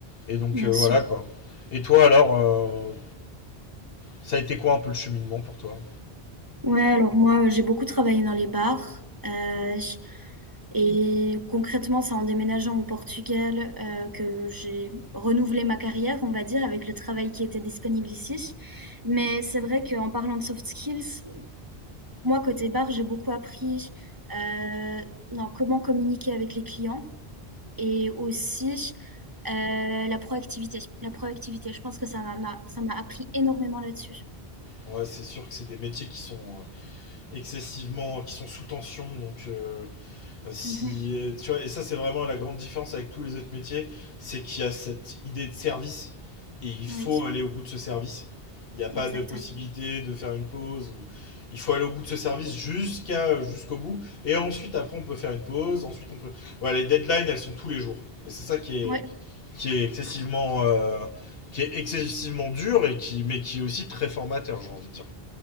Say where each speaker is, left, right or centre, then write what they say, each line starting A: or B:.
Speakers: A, on the left (about 65°); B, on the right (about 20°).
A: et donc,
B: Bien
A: euh,
B: sûr.
A: voilà, quoi. Et toi, alors, euh, Ça a été quoi un peu le cheminement pour toi
B: Ouais, alors moi, euh, j'ai beaucoup travaillé dans les bars. euh, et concrètement, c'est en déménageant au Portugal euh, que j'ai renouvelé ma carrière, on va dire, avec le travail qui était disponible ici. Mais c'est vrai qu'en parlant de soft skills, moi, côté bar, j'ai beaucoup appris euh, dans comment communiquer avec les clients et aussi euh, la proactivité. La proactivité, je pense que ça m'a, m'a- ça m'a appris énormément là-dessus.
A: Ouais, c'est sûr que c'est des métiers qui sont euh, excessivement, qui sont sous tension. Donc, euh, si
B: Mhm.
A: euh, tu vois, et ça c'est vraiment la grande différence avec tous les autres métiers, c'est qu'il y a cette idée de service et il
B: Oui,
A: faut aller au bout de ce service. Il n'y a pas
B: exactement.
A: de possibilité de faire une pause. Ou... Il faut aller au bout de ce service jusqu'à jusqu'au bout. Et ensuite, après, on peut faire une pause. Ensuite, on peut. Ouais, les deadlines, elles sont tous les jours. Et c'est ça qui est
B: Ouais.
A: qui est excessivement, euh, qui est excessivement dur et qui, mais qui est aussi très formateur, j'ai envie de dire.